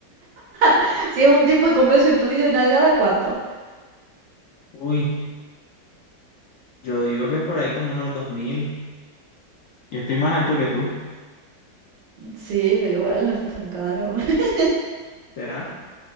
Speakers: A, on the right; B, on the left.
A: <laughs> Si es un tipo y con beso incluido y nalgada, ¿cuánto?
B: Uy, yo digo que por ahí como unos dos mil Yo estoy más alto que tú.
A: Sí, pero igual no está tan caro. <laughs>
B: ¿Será?